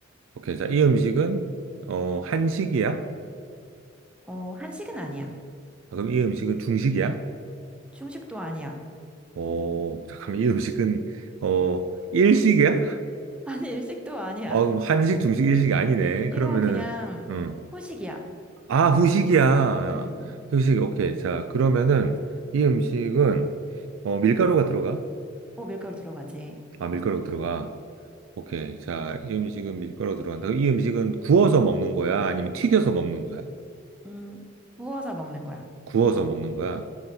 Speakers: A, on the right (about 80°); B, in the centre.
A: 오케이. 자, 이 음식은, 어, 한식이야?
B: 어, 한식은 아니야.
A: 아, 그럼 이 음식은 중식이야?
B: 중식도 아니야.
A: 어, 잠깐만. 이 음식은, 어, 일식이야?
B: <laughs> 아니, 일식도 아니야.
A: 아, 그럼 한식, 중식, 일식이 아니네. 그러면은,
B: 이건 그냥
A: 음.
B: 후식이야.
A: 아, 후식이야.
B: 음.
A: 후식, 오케이. 자, 그러면은, 이 음식은, 어, 밀가루가 들어가?
B: 오, 밀가루 들어가지.
A: 아, 밀가루 들어가. 오케이. 자, 이 음식은 밀가루 들어간다. 그럼 이 음식은 구워서 먹는 거야? 아니면 튀겨서 먹는 거야?
B: 음, 구워서 먹는 거야.
A: 구워서 먹는 거야?